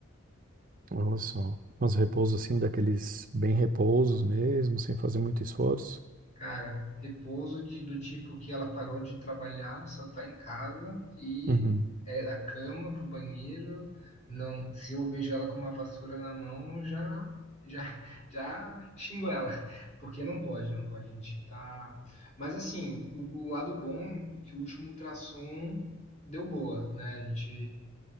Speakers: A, on the right (about 40°); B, on the left (about 35°).
A: Olha só. Mas repouso assim, daqueles bem repousos mesmo, sem fazer muito esforço.
B: Cara, repouso de- do tipo que ela parou de trabalhar, só tá em casa e
A: Uhum.
B: é da cama pro banheiro. Não, se eu vejo ela com uma vassoura na mão, já já já xingo ela, porque não pode, não pode, a gente tá. Mas assim, o, o lado bom é que o último ultrassom deu boa, né? A gente